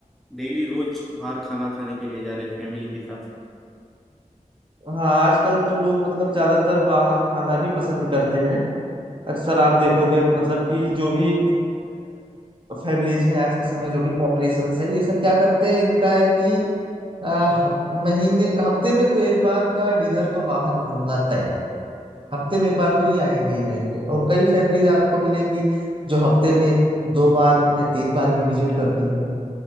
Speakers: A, in the centre; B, on the right (about 35°).
A: डेली रोज बाहर खाना खाने के लिए जा रहे हैं फैमिली के साथ
B: हाँ आजकल तो लोग मतलब ज्यादातर बाहर खाना भी पसंद करते हैं अक्सर आप देखोगे तो मतलब कि जो भी फैमिलीज हैं आज के समय जो भी पॉपुलेशन है ये सब क्या करते हैं इनका है कि अ, हफ- महीने हफ्ते में तो एक बार का डिनर तो बाहर होना तय है। हफ्ते में एक बार तो ये आएंगे ही आएंगे और कई फैमिलीज आपको मिलेंगी जो हफ्ते में दो बार या तीन बार भी विजिट करती हैं